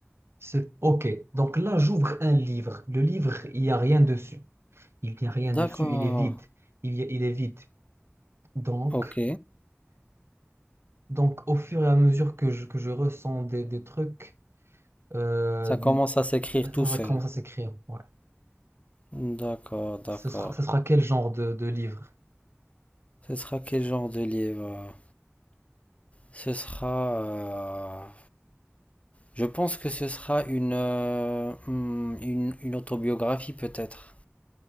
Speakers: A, on the right (about 65°); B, on the left (about 30°).
A: Ce... Ok, donc là, j'ouvre un livre. Le livre, il n'y a rien dessus. Il n'y a rien
B: D'accord.
A: dessus, il est vide. Il, y a- il est vide. Donc,
B: Ok.
A: donc, au fur et à mesure que je, que je ressens des, des trucs, euh,
B: Ça commence à s'écrire tout
A: ça,
B: seul.
A: ça commence à s'écrire. Ouais.
B: D'accord, d'accord.
A: Ce sera, ce sera quel genre de, de livre?
B: Ce sera quel genre de livre? Ce sera... euh, Je pense que ce sera une, euh, hmm, une, une autobiographie peut-être.